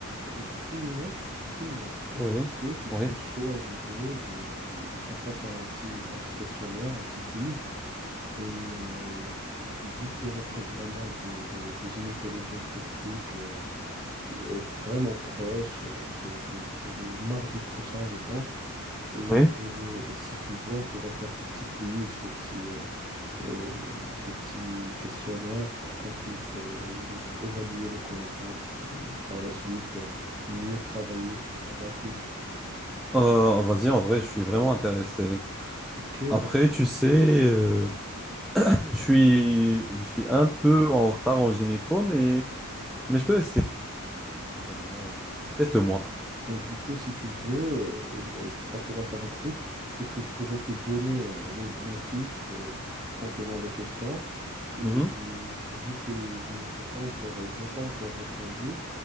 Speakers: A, on the right; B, in the centre.
A: Eh ben, du coup, Younes, dis-moi, est-ce
B: Oui,
A: que tu serais
B: oui.
A: Oui. chaud à l'idée de, de- qu'on fasse un petit, un petit questionnaire, un petit quiz? Et euh, vu vu que notre examen de, de- de gynécologie obstétrique est, euh, est vraiment proche, euh, c'est, c'est- c'est le mardi prochain, je pense, euh,
B: Oui.
A: euh, si tu veux, on pourrait faire ce petit quiz, ce petit, euh, euh, ce petit questionnaire pour qu'on puisse euh, évaluer nos connaissances et par la suite euh, mieux travailler sur nos lacunes.
B: Euh, vas-y, en vrai, je suis vraiment intéressé.
A: Ok,
B: Après,
A: donc
B: tu sais, euh, je suis, je suis un peu en retard en gynéco, mais, mais je peux essayer. Vas-y, vas-y, on- teste-moi.
A: bah, du coup, si tu veux, euh, je- je- on pourrait faire un truc, c'est que je pourrais te donner euh, les- mes fiches euh, c- contenant les questions. Euh,
B: Mhm.
A: euh, vu que je ne sais pas encore, je n'ai pas encore répondu,